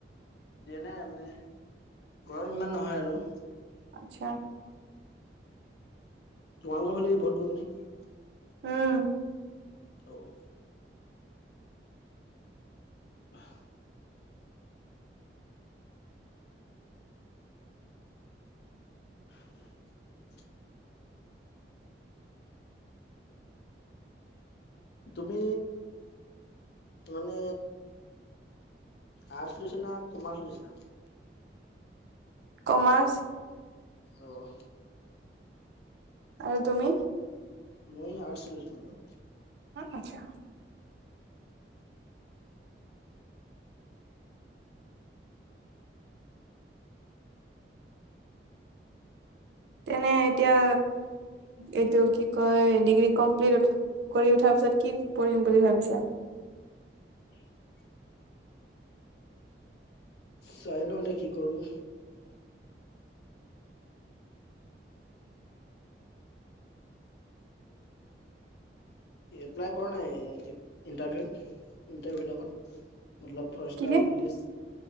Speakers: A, on the left; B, on the right.
A: দিয়া নাই মানে গৰম ইমান নহয় আৰু।
B: আচ্ছা
A: তোমালোকৰ ফালে বহুত গৰম নে কি
B: উম
A: অ' অ ' উ, তুমি মানে? আৰ্টছ লৈছে না কমাৰ্চ লৈছো।
B: কমাৰ্চ।
A: অ'
B: আৰু তুমি?
A: মই আৰ্ছ লৈছোঁ
B: আচ্ছা। তেনে এতিয়া এইটো কি কয় ডিগ্ৰী কমপ্লিট। কৰি উঠাৰ পিছত কি কৰিঢ়িম বুলি ভাবিছা।
A: <inaudible> চাই ল দে কি কৰো এপ্লাই কৰা নাই ইণ্টাৰভিউত ইণ্টাৰভিউ লগত মল ফৰেষ্টাৰ
B: কি
A: পুলিচ